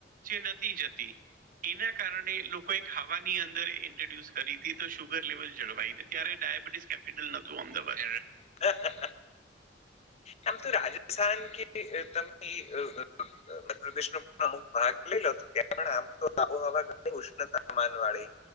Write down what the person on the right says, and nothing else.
જે નથી જતી એના કારણે લોકોએ ખાવાની અંદર ઇન્ટ્રોડ્યુસ કરી હતી તો શુગર લેવલ જળવાઈ દીધ ત્યારે ડાયાબિટીસ કેપિટલ નહોતુ અમદાવાદ